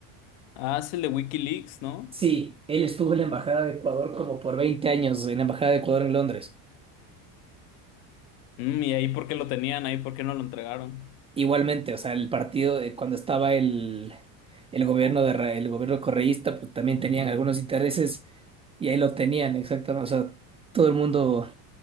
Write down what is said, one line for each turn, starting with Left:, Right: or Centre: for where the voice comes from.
Left: Ah, es el de WikiLeaks, ¿no?
Right: Sí, él estuvo en la embajada
Left: Mm,
Right: de Ecuador como por 20 años, en la embajada de Ecuador en Londres.
Left: Mm, ¿y ahí por qué lo tenían? ¿Ahí por qué no lo entregaron?
Right: Igualmente, o sea, el partido, eh, cuando estaba el, el gobierno de, Ra- el gobierno correísta, pues también tenían algunos intereses y ahí lo tenían, exactamente. O sea, todo el mundo, o